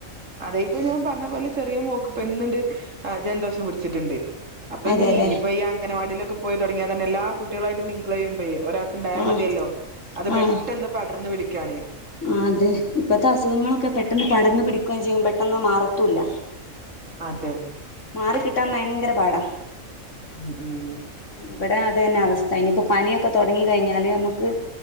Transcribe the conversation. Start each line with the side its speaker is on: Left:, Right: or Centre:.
Right: അതെ ഇപ്പൊ ഞാൻ പറഞ്ഞ പോലെ ചെറിയ മോക്കിപ്പ ഇന്നിണ്ട് ജലദോഷം പിടിച്ചിട്ടിണ്ട് അപ്പൊ
Left: അതെല്ലേ
Right: ഇനി ഇനിയി പ്പോ ഈ അംഗനവാടീലൊ ക്കെ പോയി തുടങ്ങിയാ തന്നെ എല്ലാ കുട്ടികളായിട്ടും മിങ്കിളെയ്യുമ്പേ ഒരാൾക്ക് ഇണ്ടായാ
Left: ആഹ്
Right: മതിയല്ലോ അത് പെട്ടന്ന്
Left: ആഹ്
Right: പടർന്ന് പിടിക്കാനെ
Left: ആ അതെ ഇപ്പത്തെ അസുഖങ്ങളൊക്കെ പെട്ടെന്ന് പടർന്ന് പിടി കൊം ചെയ്യും പെ ട്ടന്ന് മാറത്തൂല്ല
Right: തെ
Left: മാറിക്കിട്ടാൻ ഭയങ്കര പാടാ
Right: ഉം ഉം
Left: ഇവിടെ അതെന്നെ അവസ്ഥ ഇനിയിപ്പ പനിയൊക്കെ തൊടങ്ങി കയിഞ്ഞാല് നമുക്ക്